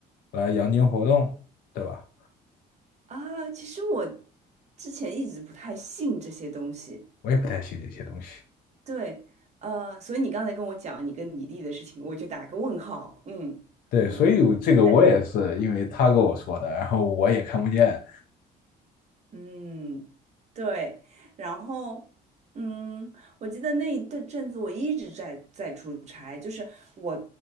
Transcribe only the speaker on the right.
啊。其实我之前一直不太信这些东西。
对，呃，所以你刚才跟我讲你跟你弟的事情，我就打个问号。嗯，
你你在淘
嗯，对，然后，嗯，我记得那一阵阵子我一直在在出差，就是我